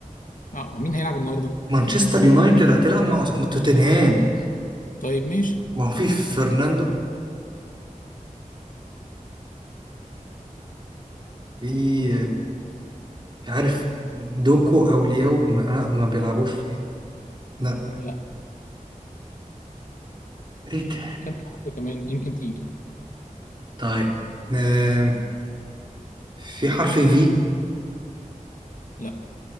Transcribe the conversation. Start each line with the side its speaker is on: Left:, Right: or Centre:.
Left: اه ما مين هيلعب النهارده
Right: مانشستر يونايتد هتلعب مع توتنهام
Left: طيب ماشي
Right: ما هو في فرناندو في
Left: مم.
Right: مش عارف دوكو او لياو ما, لا، ما بيلعبوش فيها لا
Left: لا
Right: ايه ده
Left: كمل حرف كمان يمكن تيجي
Right: طيب آم، في حرف في
Left: لا